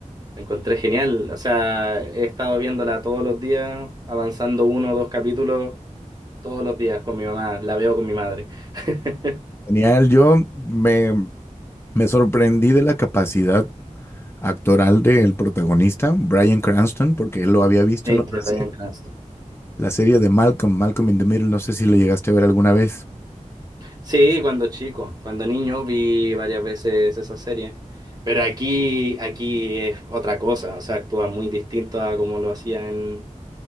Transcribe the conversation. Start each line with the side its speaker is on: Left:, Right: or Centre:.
Right: La encontré genial, o sea, he estado viéndola todos los días, avanzando uno o dos capítulos todos los días con mi mamá, la veo con mi madre. <laughs>
Left: Genial, yo me, me sorprendí de la capacidad actoral del protagonista, Bryan Cranston, porque él lo había visto
Right: Sí,
Left: en otra
Right: de Bryan
Left: serie,
Right: Cranston.
Left: la serie de Malcolm, Malcolm in the Middle, no sé si lo llegaste a ver alguna vez.
Right: Sí, cuando chico, cuando niño vi varias veces esa serie, pero aquí, aquí es otra cosa, o sea, actúa muy distinto a como lo hacía en,